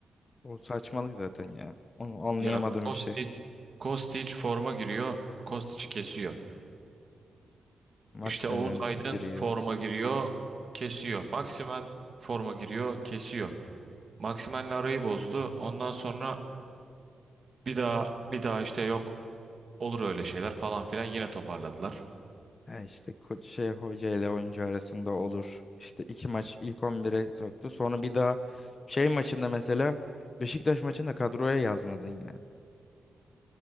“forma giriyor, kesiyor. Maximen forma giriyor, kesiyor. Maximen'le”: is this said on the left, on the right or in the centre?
Right